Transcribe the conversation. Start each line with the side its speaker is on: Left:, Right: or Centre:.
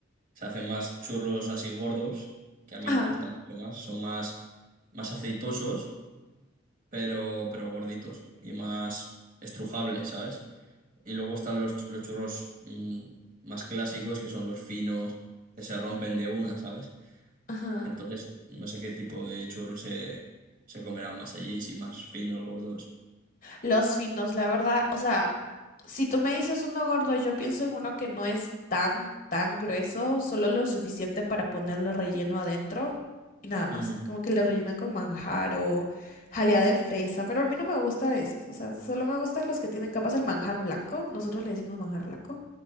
Right: Se hacen más churros así gordos, que a mí
Left: Ajá,
Right: me gustan mucho más. Son más, más aceitosos, pero, pero gorditos y más estrujables, ¿sabes? Y luego están los, ch- los churros mm, más clásicos, que son los finos, que se rompen de una, ¿sabes?
Left: ajá.
Right: Entonces, no sé qué tipo de churros se, se comerán más allí, si más finos, gordos.
Left: Los finos, la verdad, o sea, si tú me dices uno gordo, yo pienso en uno que no es tan, tan grueso, solo lo suficiente para ponerle relleno adentro y nada más.
Right: Ujú,
Left: Como que le rellenan con manjar o jalea de fresa, pero a mí no me gusta esos, o sea, solo me gustan los que tienen capas el manjar blanco, nosotros le decimos manjar blanco,